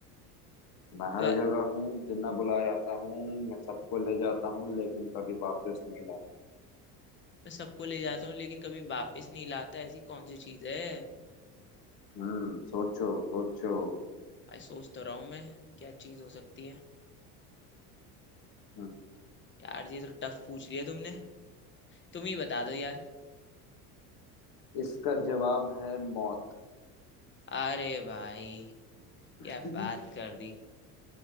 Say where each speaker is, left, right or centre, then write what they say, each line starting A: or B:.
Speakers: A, on the left; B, on the left.
A: मैं हर
B: द्वार
A: जगह हूँ बिना बुलाए आता हूँ मैं सबको ले जाता हूँ लेकिन कभी वापस नहीं लाता
B: मैं सबको ले जाता हूँ लेकिन कभी वापस नहीं लाता ऐसी कौन सी चीज है
A: हम्म सोचो सोचो
B: आई सोच तो रहा हूँ मैं क्या चीज हो सकती है
A: हम्म,
B: यार ये तो टफ पूछ लिया तुमने तुम ही बता दो यार
A: इसका जवाब है मौत
B: अरे भाई
A: <laughs>
B: क्या बात कर दी